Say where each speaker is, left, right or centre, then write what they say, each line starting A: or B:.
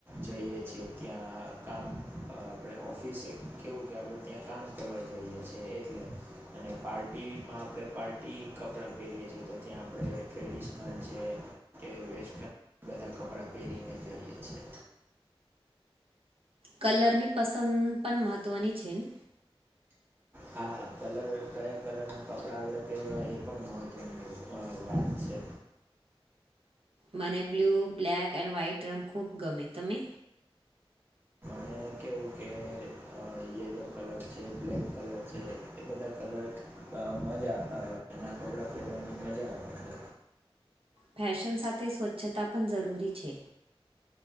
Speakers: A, on the right; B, on the right.
A: જઈએ છીએ ત્યાં કામ આપણે ઓફિસે કેવું કે આપણે ત્યાં કામ કરવા જઈએ છ છેએ એટલે અને પાર્ટી માં આપડે પાર્ટી કપડાં પહેરીએ છીએ તો ત્યાં આપણે ટ્રેડિશનલ છે કે વેસ્ટર્ન બધા કપડાં પહેરીને જઈએ છીએ
B: કલરની પસંદ પણ મહત્ત્વની છે ને
A: હા કલર કયા કલરના કપડા આપણે પહેરવા એ પણ મહત્વનું વાત છે
B: મને બ્લુ બ્લેક એન્ડ વ્હાઈટ રંગ ખૂબ ગમે તમમે
A: મે કવું કે અ યલો કલર છે બ્લેક કલર છે એ બધા કલર અ મજા એ ના કપડા પહેરવાની મજા આવે મને.
B: ફેશન સાથે સ્વચ્છતા પણ જરૂરી છે